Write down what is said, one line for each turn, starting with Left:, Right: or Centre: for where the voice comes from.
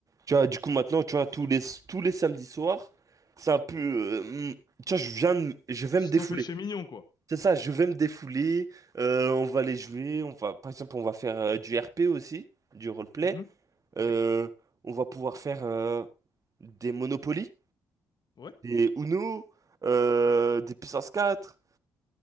Right: Tu vois, du coup, maintenant, tu vois, tous les, tous les samedis soirs, c'est un peu. euh, hmm, tu vois, je viens, de- je vais
Left: C'est
Right: me défouler.
Left: ton péché mignon, quoi.
Right: C'est ça, je vais me défouler. euh, on va les jouer. On va, par exemple, on va faire euh, du RP aussi, du roleplay.
Left: Mhm. Ok.
Right: Euh, on va pouvoir faire euh, des Monopoly,
Left: Ouais.
Right: des Uno, euh, des Puissance quatre